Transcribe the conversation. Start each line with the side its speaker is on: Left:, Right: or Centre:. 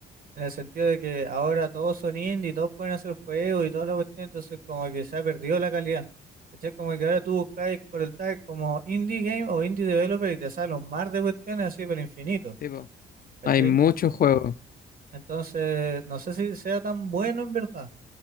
Right: en el sentido de que ahora todos son indie, todos pueden hacer juegos y toda la cuestión, entonces como que se ha perdido la calidad. ¿Cachai? Como que ahora tú buscáis por el tag como indie game o indie developer y te sale un mar de cuestiones así, pero infinito,
Left: Sí, po.
Right: ¿cachai?
Left: Hay muchos juegos.
Right: Entonces, no sé si sea tan bueno en verdad.